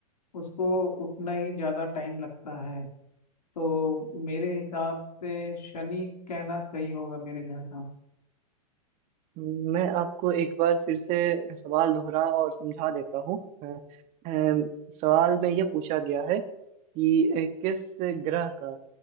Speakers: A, on the left; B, on the right.
A: उसको उतना ही ज़्यादा टाइम लगता है तो मेरे हिसाब से शनि कहना सही होगा मेरे जहाँ
B: मैं आपको एक बार फिर से सवाल दोहरा और समझा देता हूँ अ, अम, सवाल में यह पूछा गया है कि अ, किस ग्रह का